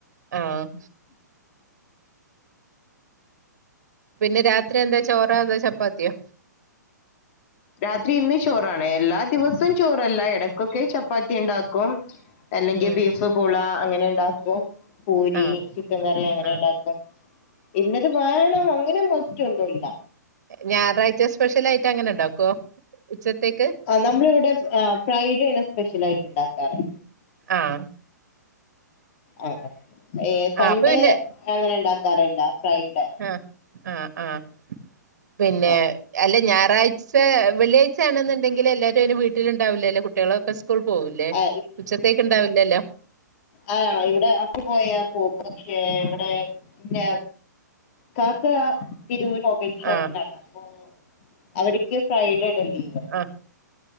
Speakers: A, on the right; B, on the left.
A: ആഹ് പിന്നെ രാത്രി എന്താ ചോറാ അതോ ചപ്പാത്തിയോ
B: രാത്രി ഇന്ന് ചോറാണ് എല്ലാ ദിവസം ചോറല്ല എടക്കൊക്കെ ചപ്പാത്തി ഇണ്ടാക്കും. അല്ലെങ്കി
A: ഉം
B: ബീഫ് പൂള അങ്ങനെ ഇണ്ടാക്കും. പൂരി
A: ആഹ്
B: ചിക്കൻ കറി അങ്ങനെ
A: ആഹ്
B: ഇണ്ടാക്കും. ഇന്നെത് വേണം അങ്ങനെ ഒന്നും ഒറ്റൊന്നു ഇല്ല.
A: ഞായറാഴ്ച്ച സ്പെഷ്യലായിറ്റ് അങ്ങനെ ഇണ്ടാക്കോ ഉച്ചത്തേയ്ക്ക്
B: ആഹ് ന്നമ്മള് ഇവ്ടെ ആഹ് ഫ്രൈഡേണ് സ്പെഷ്യലായിട്ട് ഇണ്ടാക്കാറ്.
A: ആഹ്
B: ആഹ് ആഹ് ഏഹ് സൺഡേ
A: ആഹ് അപ്പൊ പിന്നെ
B: അങ്ങനെ ഇണ്ടാക്കാറില്ല ഫ്രൈഡേ
A: അഹ് ആഹ് ആഹ് പിന്നെ
B: ആ
A: അല്ല ഞായറാഴ്ച വെള്ളിയാഴ്ച്ച ആണ്ന്ന്ണ്ടെങ്കില് എല്ലാരും അയ്ന് വീട്ട്ല് ഇണ്ടാവൂല്ലല്ലോ കുട്ട്യാളൊക്കെ സ് സ്കൂൾ പോവുല്ലേ
B: ആ
A: ഉച്ചത്തേക്ക് ഇണ്ടാവില്ലല്ലോ
B: ആഹ് ഇവ്ടെ ഹസ്സ് പോയാ പോകും പക്ഷേ ഇവ്ടെ ഇന്റെ കാക്ക തിരൂര് അവ് <unintelligible> യ്റ്റ് ഷോപ്പിലാണ്
A: ആഹ്
B: അപ്പോ അവര്ക്ക് ഫ്രൈഡേടേണ് ലീവ്.
A: അഹ്,